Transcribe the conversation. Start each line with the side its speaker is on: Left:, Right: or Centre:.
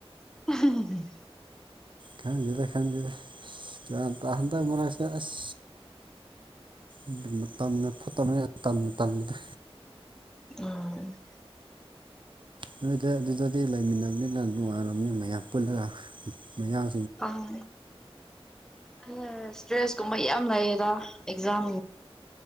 Centre: ꯎꯝ
Right: ꯈꯪꯗꯦꯗ ꯈꯪꯗꯦꯗ ꯒ꯭ꯌꯥꯟ ꯇ ꯍꯟꯇꯛ ꯃꯔꯛꯁꯦ ꯑꯁ ꯑꯗꯨ ꯃꯇꯝꯅ ꯐꯠꯇꯕꯅꯦ ꯌꯥꯝ ꯇꯟꯕꯨ ꯇꯜꯂꯤꯗ꯫
Centre: ꯑ
Right: ꯅꯣꯏꯗ ꯑꯗꯨꯗꯗꯤ ꯂꯩꯃꯤꯟꯅꯕꯅꯤꯅ ꯅꯨꯡꯉꯥꯏꯔꯝꯅꯤ ꯃꯌꯥꯝ ꯄꯨꯜꯂꯒ ꯃꯌꯥꯝ
Centre: ꯑꯥ ꯑ ꯏꯁꯇ꯭ꯔꯦꯁ ꯀꯨꯝꯕ ꯌꯥꯝ ꯂꯩꯌꯦꯗ ꯑꯦꯛꯖꯥꯝ